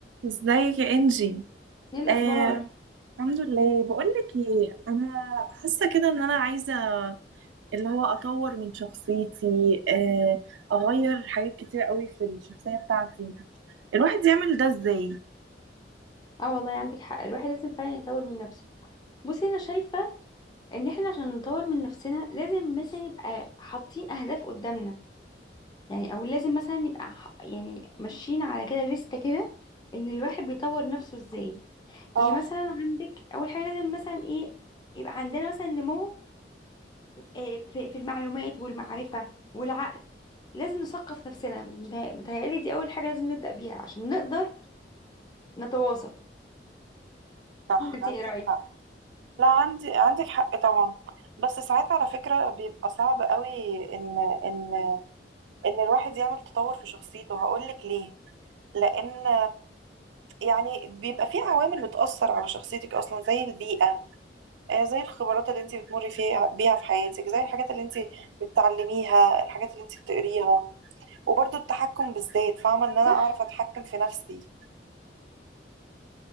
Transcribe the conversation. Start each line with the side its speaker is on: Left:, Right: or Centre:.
Right: ازيك يا انجي
Left: ايه الاخبار
Right: آه، الحمد لله بقول لك ايه انا حاسه كده ان انا عايزه اللي هو اطور من شخصيتي آه، اغير حاجات كتير قوي في الشخصيه بتاعتي الواحد يعمل ده ازاي
Left: اه والله عندك حق الواحد لازم فعلا يطور من نفسه بصي انا شايفه ان احنا عشان نطور من نفسنا لازم مثلا يبقى حاطين اهداف قدامنا يعني او لازم مثلا يبقى ح- يعني ماشيين على كده لستة كده ان الواحد بيطور نفسه ازاي
Right: اه
Left: يعني مثلا عندك اول حاجه لازم مثلا ايه يبقى عندنا مثلا نمو آه، في في المعلومات والمعرفه والعقل لازم نثقف نفسنا متهيأ- متهيألي دي اول حاجه لازم نبدا بيها عشان نقدر نتواصل
Right: صح
Left: ولا انت
Right: عندك
Left: ايه رايك
Right: حق لا عندي عندك حق طبعا بس ساعات على فكرة بيبقى صعب قوي ان ان ان الواحد يعمل تطور في شخصيته هقولك ليه لان يعني بيبقى في عوامل بتأثر على شخصيتك أصلا زي البيئة آه، زي الخبرات اللي انت بتمري فيها بيها في حياتك زي الحاجات اللي انت بتتعلميها الحاجات اللي انت بتقريها وبرضو التحكم بالذات فاهمة إن أنا
Left: صح
Right: أعرف أتحكم في نفسي